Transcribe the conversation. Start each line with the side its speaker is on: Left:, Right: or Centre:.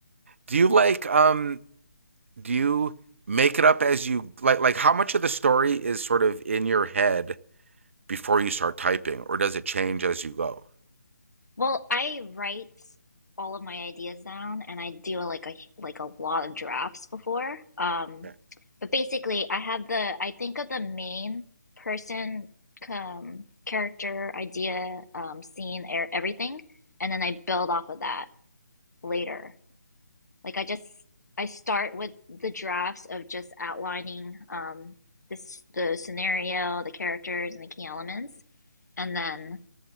Right: do you like um do you make it up as you like like how much of the story is sort of in your head before you start typing or does it change as you go
Left: Well, I write all of my ideas down and I do like a like a lot of drafts before. Um,
Right: Yeah.
Left: but basically I have the I think of the main person um, character, idea, um, scene, er everything, and then I build off of that later. Like I just I start with the drafts of just outlining um this the scenario, the characters and the key elements, and then